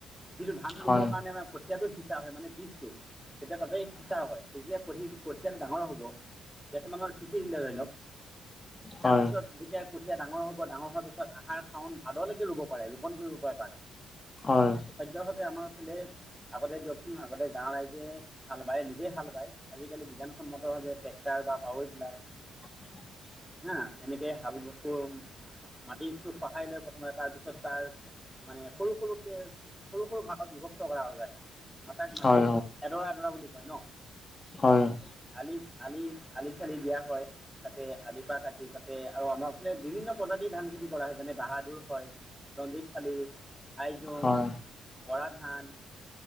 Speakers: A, in the centre; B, on the left.
A: যিটো ধান
B: হয়
A: ৰুবৰ কাৰণে আমাৰ কঠীয়াটো সিঁচা হয় মানে বীজটো তেতিয়া তাতে সিঁচা হয়। তেতিয়া প পঠিয়াটো ডাঙৰ হ'ব <unintelligible> দিলে ধৰি লওক তাৰপিছত
B: হয়
A: যেতিয়া কঠীয়া ডাঙৰ হ'ব ডাঙৰ হোৱাৰ পিছত আহাৰ শাওন ভাদলৈকে ৰুব পাৰে ৰোপণ কৰিব পাৰে তাক।
B: হয়।
A: সদ্য সতে আমাৰ সিফালে আগতে দিয়কচোন আগতে গাঁৱৰ ৰাইজে ভাল বায় নিজেই হাল বায় আজিকালি বিজ্ঞানসন্মতৰ ভাৱে ট্ৰেক্টাৰ বা পাৱাৰ টিলাৰ
B: উ। <unintelligible>
A: হা এনেকে হাল ব মাটিটো চহাই লৈ প্ৰথমে তাৰ পিছত তাত তাৰ মানে সৰু সৰুকে সৰু সৰু ভাগত বিভক্ত কৰা যায়। মাটিক মাতি
B: হয়
A: এডৰা এডৰা বুলি কয় ন।
B: হয়, হয়।
A: আলি, আলি, আলি থালি দিয়া হয়। তাতে আলিপা কাটি তাতে আৰু আমাৰ ফালে বিভিন্ন প্ৰজাতিৰ ধান খেতি কৰা হয় যেনে বাহাদুৰ হয়। ৰণজিৎ শালি ফালি আইজং
B: হয় হয় হয় হয়
A: বৰা ধান